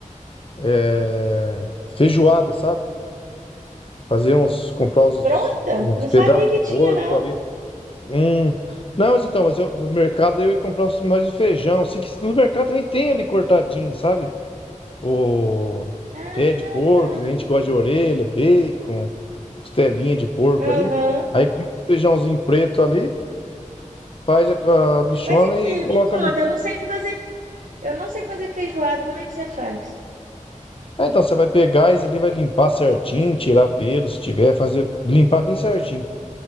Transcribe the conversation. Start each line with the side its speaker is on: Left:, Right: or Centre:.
Left: é, feijoada, sabe? Fazer uns, comprar uns,
Right: Pronta?
Left: uns
Right: Não
Left: pedaços
Right: sabia que
Left: de
Right: tinha,
Left: porco
Right: não.
Left: ali. Hum. Não, mas então, mas eu, no mercado eu ia comprar uns- mais o feijão. Assim, que no mercado também tem ali cortadinho, sabe? O
Right: Ah,
Left: pé de porco,
Right: tá.
Left: a gente gosta de orelha, bacon, costelinha de porco
Right: Aham.
Left: ali. Aí compra o feijãozinho preto ali. faz a a bichona
Right: Mas aqui,
Left: e coloca
Right: me conta,
Left: ali.
Right: eu não sei fazer, eu não sei fazer feijoada, como é que você faz?
Left: Ah, então você vai pegar isso ali, vai limpar certinho, tirar pelo, se tiver, fazer limpar bem certinho.